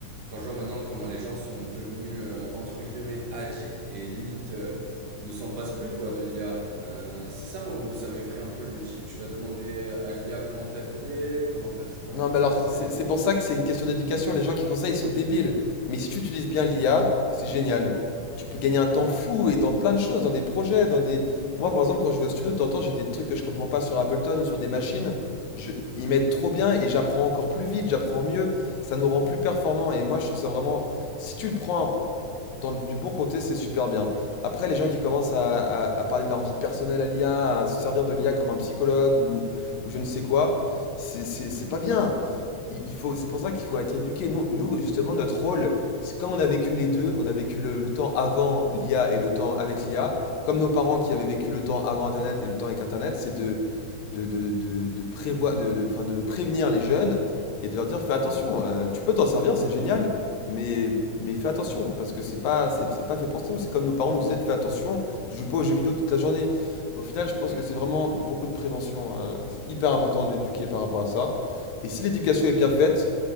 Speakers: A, on the right; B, on the left.
A: quand je vois maintenant comment les gens sont devenus, euh, entre guillemets, addicts et limite euh, ne s'en passent plus, quoi, de l'IA. Euh, c'est ça, moi, où ça m'effraie un peu. Je me dis, tu vas demander euh, à l'IA comment t'habiller, comment faire ci, comment
B: Non,
A: faire
B: mais
A: ça,
B: alors,
A: et c'est.
B: c'est c'est pour ça que c'est une question d'éducation. Les gens qui font ça, ils sont débiles. Mais si tu utilises bien l'IA, c'est génial. Tu peux gagner un temps
A: Hmm,
B: fou et dans plein de choses, dans des projets, dans des... Moi, par exemple, quand je vais au studio, de temps en temps, j'ai des trucs que je comprends pas sur Ableton ou sur des machines. Je...
A: hmm,
B: Ils m'aident trop bien et j'apprends encore plus vite, j'apprends mieux. Ça nous rend plus performants. Et moi, je trouve ça vraiment... Si tu le prends dans le- du bon côté, c'est super bien. Après, les gens qui commencent
A: hmm,
B: à, à- à parler de leur vie personnelle à l'IA, à se servir de l'IA comme un psychologue ou, ou je ne sais quoi, c'est c'est- c'est pas
A: hmm,
B: bien. Il il faut, c'est pour ça qu'il faut être éduqué. Nous, nous, justement, notre rôle, c'est comme on a vécu les deux, on a vécu le, le temps avant l'IA et le temps avec l'IA, comme nos parents qui avaient vécu le temps avant Internet et le temps avec Internet, c'est de, de, de, de, de prévoi- de, de- enfin, de prévenir les jeunes et de leur dire, fais attention, euh, tu peux t'en
A: hmm,
B: servir, c'est génial, mais, mais fais attention, parce que c'est pas, c'est, c'est pas fait pour ça. C'est comme nos parents nous disaient, fais attention, je joue pas aux jeux vidéo toute la journée. Au final, je pense
A: hmm.
B: que c'est vraiment beaucoup de prévention. euh, c'est hyper important d'éduquer par rapport à ça. Et si l'éducation est bien faite,